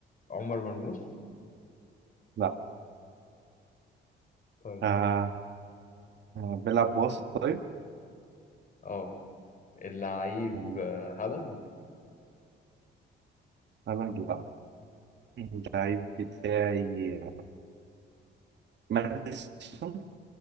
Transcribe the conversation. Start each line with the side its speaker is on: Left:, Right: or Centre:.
Left: عمر مرموش
Right: لا
Left: طيب
Right: آه، آه، بيلعب وسط طيب
Left: اه اللعيب
Right: مم.
Left: آه، هالاند
Right: هالاند لا اللعيب بتاعي ماديسون